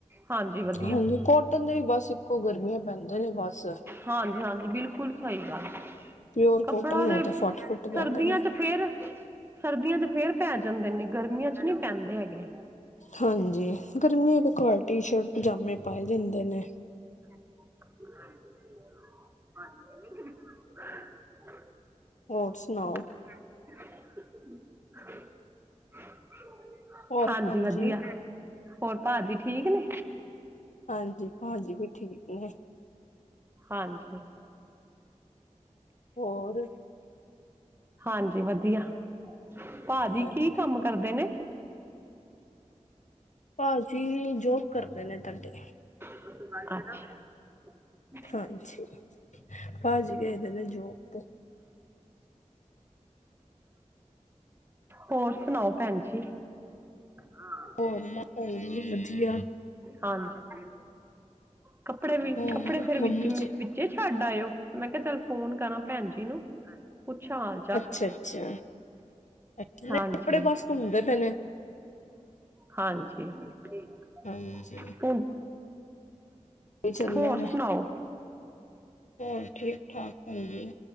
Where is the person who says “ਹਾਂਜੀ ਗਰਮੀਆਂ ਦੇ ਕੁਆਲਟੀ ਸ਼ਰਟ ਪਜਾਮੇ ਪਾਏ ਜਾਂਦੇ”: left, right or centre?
Left